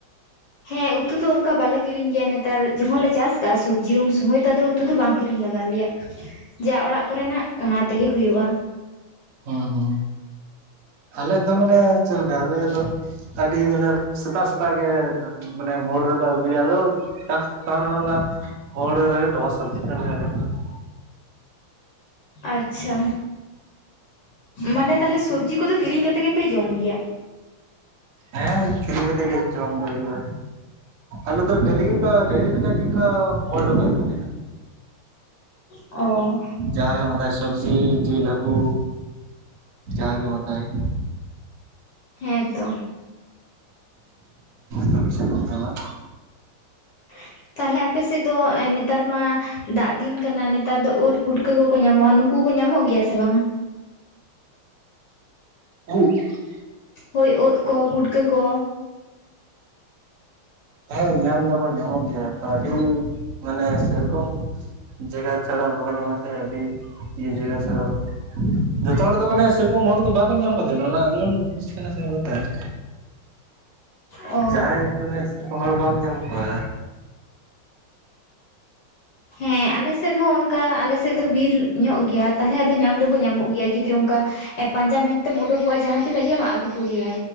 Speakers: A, on the left (about 65°); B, on the right (about 60°).
A: ᱦᱮᱸ ᱩᱛᱩ ᱫᱚ ᱚᱝᱠᱟ ᱵᱟᱞᱮ ᱠᱤᱨᱤᱧ ᱜᱮᱭᱟ ᱱᱮᱛᱟᱨ ᱡᱚᱠᱷᱚᱱ ᱞᱮ ᱪᱟᱥ- ᱠᱟᱜ-ᱟ ᱥᱩᱵᱽᱡᱤ ᱩᱱ ᱥᱚᱢᱚᱭ ᱫᱚ ᱟᱫᱚ ᱩᱛᱩ ᱫᱚ ᱵᱟᱝ ᱠᱤᱨᱤᱧ ᱞᱟᱜᱟᱣ ᱞᱮᱭᱟ ᱡᱟ ᱚᱲᱟᱜ ᱠᱚᱨᱮᱱᱟᱜ ᱚᱱᱟ ᱛᱮᱜᱮ ᱦᱩᱭᱩᱜᱼᱟ
B: ᱚ ᱚ ᱟᱞᱮ ᱫᱚ ᱢᱟᱱᱮ ᱪᱮᱫ ᱞᱮᱠᱟ ᱟᱞᱮᱭᱟᱜ ᱫᱚ ᱟᱹᱰᱤ ᱢᱟᱱᱮ ᱥᱮᱛᱟᱜ ᱥᱮᱛᱟᱜ ᱜᱮ ᱢᱟᱱᱮ ᱢᱳᱲ ᱨᱮᱠᱚ ᱟᱹᱜᱩᱭᱟ ᱟᱫᱚ ᱪᱟᱥ ᱛᱟᱦᱮᱱ ᱨᱮᱦᱚᱸ ᱱᱟᱦᱟᱜ ᱢᱳᱲ ᱨᱮᱜᱮ ᱫᱚᱢᱮ ᱥᱚᱵᱽᱡᱤ ᱛᱟᱞᱮ ᱟᱞᱮᱭᱟᱜ ᱫᱚ
A: ᱟᱪᱪᱷᱟ ᱢᱟᱱᱮ ᱛᱟᱞᱦᱮ ᱥᱩᱵᱽᱡᱤ ᱠᱚᱫᱚ ᱠᱤᱨᱤᱧ ᱜᱮ ᱠᱟᱛᱮ ᱜᱮᱯᱮ ᱡᱚᱢ ᱜᱮᱭᱟ
B: ᱦᱮᱸ ᱠᱤᱨᱤᱧ ᱠᱟᱛᱮ ᱜᱮ ᱡᱚᱢ ᱫᱚ ᱦᱩᱭᱩᱜᱼᱟ ᱟᱞᱮ ᱫᱚ ᱰᱮᱞᱤ ᱜᱤᱛᱚ ᱰᱮᱞᱤ ᱞᱮᱠᱟ ᱜᱮᱠᱚ <unintelligible>
A: ᱚ
B: ᱡᱟᱦᱟᱸ ᱜᱮᱢ ᱦᱟᱛ- ᱥᱚᱵᱽᱡᱤ ᱡᱤᱞ ᱦᱟᱹᱠᱩ ᱡᱟᱦᱟᱸ ᱜᱮᱢ ᱦᱟᱛᱟᱣᱮᱫ
A: ᱦᱮᱸ ᱛᱚ
B: ᱠᱚᱢ ᱥᱮ ᱠᱚᱢ ᱧᱮᱞᱟ
A: <inaudible> ᱛᱟᱦᱞᱮ ᱟᱯᱮᱥᱮᱫ ᱫᱚ ᱱᱮᱛᱟᱨ ᱢᱟ ᱫᱟᱜ ᱫᱤᱱ ᱠᱟᱱᱟ ᱱᱮᱛᱟᱨ ᱫᱚ ᱳᱫ ᱯᱩᱴᱠᱟᱹ ᱠᱚᱠᱚ ᱧᱟᱢᱚᱜᱼᱟ ᱱᱩᱠ- ᱠᱩ ᱠᱚ ᱧᱟᱢᱚᱜ ᱜᱮᱭᱟ ᱥᱮ ᱵᱟᱝ?
B: <unintelligible>
A: ᱦᱳᱭ ᱳᱛᱠᱚ ᱯᱩᱴᱠᱟᱹ ᱠᱚ
B: ᱦᱮᱸ ᱧᱟᱢ ᱫᱚᱠᱚ ᱧᱟᱢᱚᱜ ᱜᱮᱭᱟ ᱛᱚ ᱟᱹᱰᱤ ᱢᱟᱱᱮ ᱥᱮᱨᱚᱠᱚᱢ, ᱡᱟᱭᱜᱟ ᱪᱷᱟᱲᱟ ᱵᱟᱠᱚ ᱧᱟᱢᱚᱜᱼᱟ ᱥᱮ ᱟᱹᱰᱤ ᱤᱭᱟᱹ ᱡᱟᱭᱜᱟ ᱪᱷᱟᱲᱚ ᱡᱚᱛᱚ ᱦᱚᱲ ᱫᱚ ᱢᱟᱱᱮ ᱥᱮᱨᱚᱠᱚᱢ ᱦᱚᱲ ᱫᱚ ᱵᱟᱠᱚ ᱧᱟᱢ ᱠᱚᱜᱮᱭᱟ ᱱᱚᱣᱟ ᱮᱢᱚᱱ ᱡᱤᱱᱤᱥ ᱠᱟᱱᱟ ᱥᱮ ᱚᱱᱟᱛᱮ <inaudible>
A: ᱚ
B: ᱡᱟᱦᱟᱸᱭ ᱢᱟᱱᱮ ᱥᱮᱨᱚᱠᱚᱢ ᱦᱚᱲ ᱵᱟᱢ ᱧᱟᱢ ᱠᱚᱣᱟ᱾
A: ᱦᱮᱸ ᱟᱞᱮ ᱥᱮᱫ ᱦᱚᱸ ᱚᱱ <unintelligible> <unintelligible> ᱠᱟ ᱟᱞᱮᱥᱮᱜ ᱫᱚ ᱵᱤᱨ ᱧᱚᱜ ᱜᱮᱭᱟ ᱛᱟᱞᱦᱮ ᱟᱫᱚ ᱧᱟᱢ ᱫᱚᱠᱚ ᱧᱟᱢᱚᱜ ᱜᱮᱭᱟ ᱡᱩᱫᱤ ᱚᱱᱠᱟ? <unintelligible> ᱯᱟᱸᱡᱟ ᱢᱮᱱᱛᱮᱢ ᱩᱰᱩᱠᱚᱜᱼᱟ ᱡᱟᱦᱟᱸ ᱛᱤᱱᱟᱹᱜ ᱜᱮᱢ ᱟᱹᱜᱩ ᱠᱚᱜᱮᱭᱟ